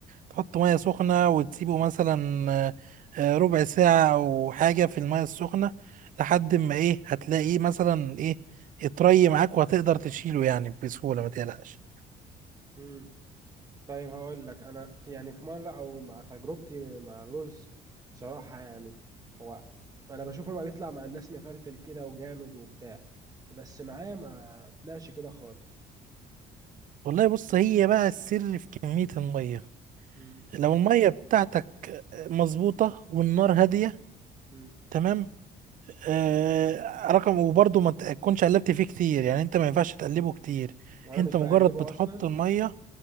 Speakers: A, on the right; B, on the right.
A: تحط مية سخنة وتسيبه مثلا آه، آه، ربع ساعة أو حاجة في المية السخنة لحد ما إيه هتلاقيه مثلا إيه اتري معاك وهتقدر تشيله يعني بسهولة ما تقلقش
B: مم. طيب هقول لك انا في يعني في مره او مع تجربتي مع الرز بصراحه يعني هو انا بشوفه ما بيطلع مع الناس مفلفل كده وجامد وبتاع بس معايا ما طلعش كده خالص
A: والله بص هي بقى السر في كمية المية
B: مم.
A: لو المية بتاعتك مظبوطة والنار هادية
B: مم.
A: تمام آه، رقم وبرضه ما تكونش قلبت فيه كتير يعني انت ما ينفعش تقلبه كتير
B: وانا
A: انت
B: مش
A: مجرد
B: بقلبه
A: بتحط
B: اصلا
A: الميه